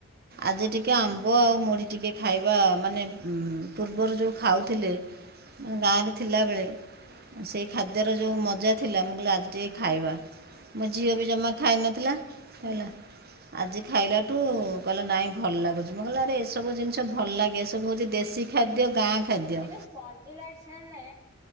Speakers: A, on the right; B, on the right.
A: ହୁଁ
B: ଆଜି ଟି କେ ଆମ୍ବ ଆଉ ମୁଢ଼ି ଟିକେ ଖାଇବା ମାନେ ପୂର୍ବରୁ ଯେଉଁ ଖାଉଥିଲେ। ଗାଁରେ ଥିଲାବେଳେ।
A: ହୁଁ।
B: ସେଇ ଖାଦ୍ୟର ଯେଉଁ ମଜା ଥିଲା ମୁଁ କହିଲି ଆଜି ଟିକେ
A: ହୁଁ
B: ଖାଇବା ମୋ ଝିଅ ବି ଜମା ଖାଇନଥିଲା। ଖାଇଲା
A: ହୁଁ
B: ଆଜି ଖାଇଲାଠୁ କହିଲା ନାଇଁ ଭଲ ଲାଗୁଛି। ମୁଁ କହିଲ ଆରେ ଏସବୁ ଜିନିଷ ଭଲ ଲାଗେ ଏସବୁ ହଉଛି ଦେଶୀ ଖାଦ୍ୟ ଗାଁ ଖାଦ୍ୟ
A: ଏ ଯୋ ସ୍ପଡି ଲାଇଟସ ହେଲେ